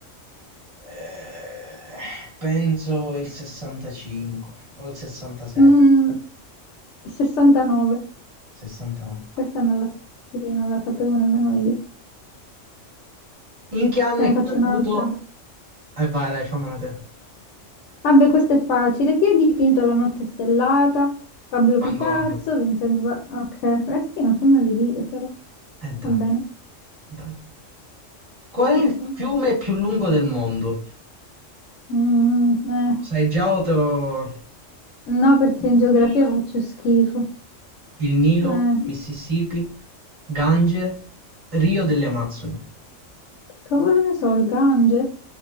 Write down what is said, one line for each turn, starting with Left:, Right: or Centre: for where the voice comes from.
Right: Eh, penso il 65 o il 67,
Left: <laughs> Mm, 69.
Right: 69.
Left: Questa non la, sì, non la sapevo nemmeno io.
Right: In che anno
Left: Te
Right: è
Left: ne faccio
Right: caduto?
Left: un'altra.
Right: E vai, dai, fammela te.
Left: Vabbè, questo è facile. Chi ha dipinto La notte stellata? Pablo
Right: Van
Left: Picasso,
Right: Gogh.
Left: Vincent Van... Ok, eh sì, non fammele dire però.
Right: Eh
Left: Va
Right: dai,
Left: bene,
Right: dai. Qual è
Left: ok.
Right: il fiume più lungo del mondo?
Left: Mm, eh.
Right: Lo sai già o te lo...
Left: No, perché
Right: Il
Left: in geografia
Right: Nilo,
Left: faccio schifo.
Right: il Nilo,
Left: Eh. mm.
Right: Mississippi, Gange, Rio delle Amazzoni.
Left: Che cavolo ne so, il Gange?